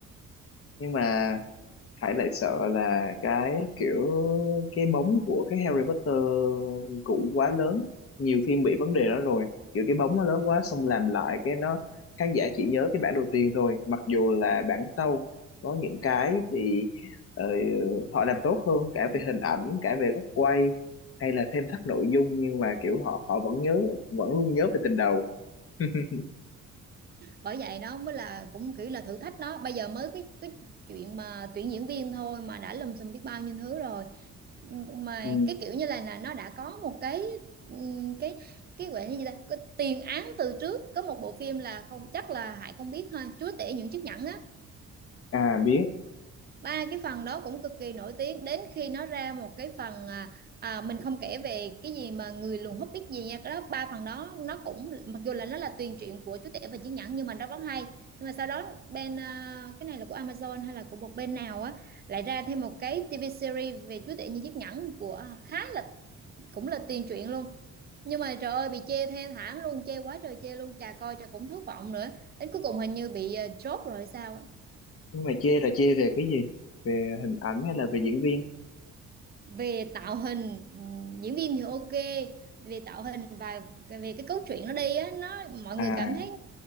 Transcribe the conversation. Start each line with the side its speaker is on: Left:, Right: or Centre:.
Left: nhưng mà Hải lại sợ là cái kiểu cái bóng của cái Harry Potter cũ quá lớn nhiều phim bị vấn đề đó rồi kiểu cái bóng nó lớn quá xong làm lại cái nó khán giả chỉ nhớ cái bản đầu tiên thôi mặc dù là bản sau có những cái thì ờ, họ làm tốt hơn cả
Right: ừ.
Left: về hình ảnh cả về góc quay hay là thêm thắt nội dung nhưng mà kiểu họ họ vẫn nhớ vẫn luôn nhớ về tình đầu <laughs>
Right: bởi vậy nó mới là cũng kiểu là thử thách nó bây giờ mới cái cái chuyện mà tuyển diễn viên thôi mà đã lùm xùm biết bao nhiêu thứ rồi mà
Left: ừ.
Right: cái kiểu như là, là nó đã có một cái cái cái gọi là gì ta cái tiền án từ trước có một bộ phim là không chắc là Hải không biết thôi Chúa tể những chiếc nhẫn á
Left: à biết
Right: ba cái phần đó cũng cực kỳ nổi tiếng đến khi nó ra một cái phần à, à, mình không kể về cái gì mà người lùn hút biết gì nha cái đó ba phần đó nó cũng mặc dù là nó là tuyền truyện của chú tể và chí nhẫn nhưng mà nó rất hay nhưng mà sau đó bên à, cái này là của Amazon hay là của một bên nào á lại ra thêm một cái TV series về chú tể như chiếc nhẫn của khá là cũng là tuyền truyện luôn nhưng mà trời ơi bị chê thê thảm luôn chê quá trời chê luôn chà coi chà cũng thất vọng nữa đến cuối cùng hình như bị à, chốt rồi sao
Left: nhưng mà chê là chê về cái gì về hình ảnh hay là về diễn viên
Right: về tạo hình ừ, diễn viên thì ok về tạo hình và về cái cốt truyện nó đi á nó mọi
Left: à
Right: người cảm thấy